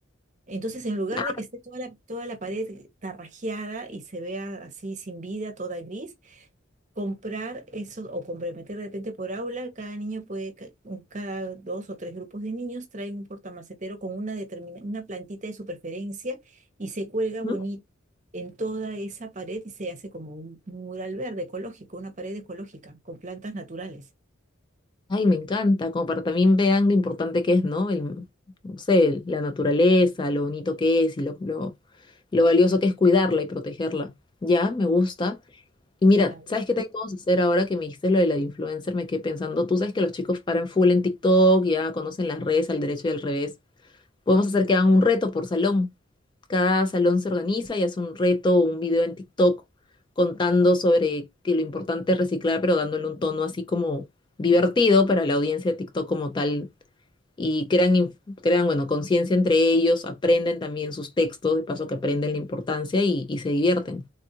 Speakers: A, on the right (about 35°); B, on the left (about 20°).
A: entonces en lugar
B: Ah,
A: de que esté toda la, toda la pared tarrajeada y se vea así sin vida, toda gris, comprar eso o comprometer de repente por aula, cada niño puede, ca- un- cada dos o tres grupos de niños traen un portamacetero con una, determina, una plantita de su preferencia y se cuelga bonito
B: ujú.
A: en toda esa pared y se hace como un un mural verde ecológico, una pared ecológica con plantas naturales.
B: Ay, me encanta. Como para también vean lo importante que es, ¿no? El, no sé, la naturaleza, lo bonito que es y lo, lo, lo valioso que es cuidarla y protegerla. Ya, me gusta. Y mira,
A: Claro.
B: ¿sabes qué también podemos hacer ahora que me dijiste lo de la de influencer? Me quedé pensando, tú sabes que los chicos paran full en TikTok, ya conocen las redes al derecho y al revés. Podemos hacer que hagan un reto por salón. Cada salón se organiza y hace un reto o un video en TikTok contando sobre que lo importante es reciclar, pero dándole un tono así como divertido para la audiencia de TikTok como tal. Y crean, inf- crean, bueno, conciencia entre ellos, aprenden también sus textos, de paso que aprenden la importancia y y se divierten.